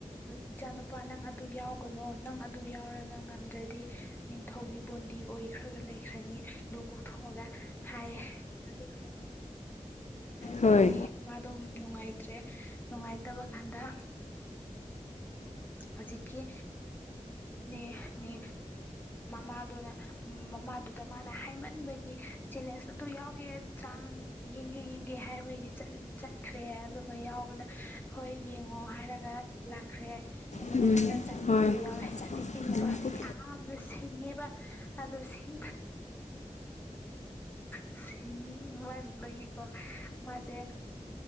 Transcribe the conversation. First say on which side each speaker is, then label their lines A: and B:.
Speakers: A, on the left (about 15°); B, on the left (about 65°).
A: ꯏꯆꯥꯅꯨꯄꯥ ꯅꯪ ꯑꯗꯨ ꯌꯥꯎꯒꯅꯣ ꯅꯪ ꯑꯗꯨ ꯌꯥꯎꯔꯒ ꯉꯝꯗ꯭ꯔꯗꯤ ꯅꯤꯡꯊꯧꯒꯤ ꯕꯣꯟꯗꯤ ꯑꯣꯏ ꯈꯔ ꯈ ꯂꯩꯈ꯭ꯔꯅꯤ ꯂꯨ ꯀꯣꯛꯊꯣꯛꯑꯒ ꯍꯥꯏꯌꯦ ꯑꯗꯨ ꯍꯥꯏꯕ ꯍꯥꯏꯕ
B: ꯍꯣꯏ
A: ꯃꯤ ꯃꯥꯗꯨꯝ ꯅꯨꯡꯉꯥꯏꯇ꯭ꯔꯦ ꯅꯨꯡꯉꯥꯏꯇꯕ ꯀꯥꯟꯗ ꯍꯧꯖꯤꯛꯀꯤ ꯅꯦ ꯅꯦ ꯃꯥꯗꯨꯅ ꯃꯃꯥꯗꯨꯗ ꯃꯥꯅ ꯍꯥꯏꯃꯟꯕꯒꯤ ꯆꯦꯂꯦꯟꯖ ꯑꯗꯨ ꯌꯥꯎꯒꯦ ꯆꯥꯡ ꯌꯦꯡꯒꯦ ꯌꯦꯡꯒꯦ ꯍꯥꯏꯕꯒꯤ ꯆꯠꯈ꯭ꯔꯦ ꯑꯗꯨꯒ ꯌꯥꯎꯕꯗ ꯍꯣꯏ ꯌꯦꯡꯉꯣ ꯍꯥꯏꯔꯒ ꯂꯥꯛꯈ꯭ꯔꯦ ꯑꯗꯨꯒ
B: ꯎꯝ
A: ꯃꯥꯅ ꯆꯥꯡꯌꯦꯡꯗꯣ
B: ꯍꯣꯏ
A: ꯌꯥꯎꯋꯦ ꯍꯧꯖꯤꯛꯀꯤ ꯅꯨꯄꯥꯁꯤ
B: ꯍꯣꯏ
A: ꯌꯥꯝꯅ ꯁꯤꯡꯉꯦꯕ ꯑꯗꯣ ꯁꯤ ꯁꯤꯕꯗꯒꯤꯀꯣ ꯃꯥꯁꯦ